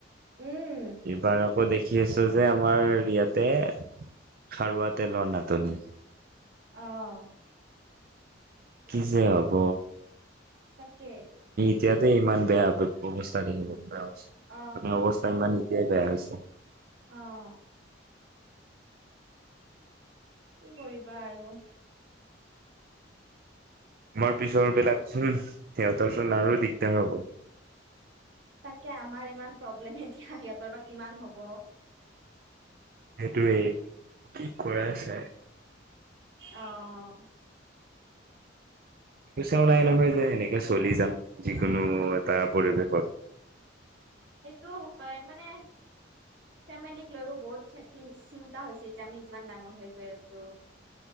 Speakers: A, on the right (about 70°); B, on the right (about 50°).
A: উম
B: এইবাৰ আকৌ দেখি আছোঁ যে আমাৰ ইয়াতে খাৰুৱা তেলৰ নাটনি
A: আহ
B: কি যে আব
A: থাকে
B: এতিয়াতে ইমান বেয়া অৱস্থা নখিব বেয়া
A: অ
B: অৱস্থাই মানি এতিয়াই বেয়া হৈছে
A: আহ উ হয় বা আৰু
B: আমাৰ পিছৰ বিলাকচোন সিহঁতৰ চোন আৰু দিগদাৰ হ'ব।
A: তাকে আমাৰ ইমান প্ৰব্লেম এতিয়া সিহঁতৰ বা কিমান হ'ব।
B: সেইটোৱেই কি কৰা যায়।
A: আহ।
B: পইচাও নাই নহয় যে এনেকে চলি যাম যিকোনো এটা পৰিৱেশত।
A: সেইটো হয় মানে ফেমিলী লৈও বহুত চিন্তা হৈছে এতিয়া আমি যিমান ডাঙৰ হৈ গৈ আছোঁ।